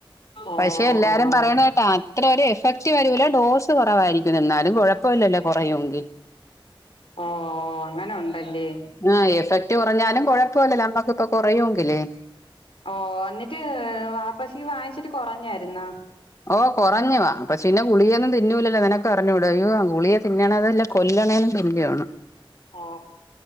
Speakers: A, on the left; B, on the left.
A: ഓ
B: പക്ഷെ എല്ലാരും
A: ഓ
B: പറയണ കേട്ടാ അത്ര ഒരു എഫക്റ്റ് വരൂല്ല ഡോസ് കുറവായിരിക്കും എന്നാലും കുഴപ്പമില്ലല്ലോ കുറയുങ്കിൽ
A: ഓഹ് അങ്ങനൊണ്ടല്ലേ
B: ആ് എഫക്റ്റ് കൊറഞ്ഞാലും കുഴപ്പമല്ല നമ്മക്ക്‌പ്പൊ കുറയൂങ്കിലേ
A: ഓ എന്നിട്ട് വാപ്പസി വാങ്ങിച്ചിട്ട് കൊറഞ്ഞായിര്ന്നാ
B: ഓ കൊറഞ്ഞു പക്ഷേന്നെ ഗുളിയൊന്നും തിന്നൂലല്ലോ നിനക്കറി ഞ്ഞൂടേ യ്യോ ഗുളിക തിന്നണതല്ല കൊല്ലണേനു തുല്യവാണ്.
A: ഓ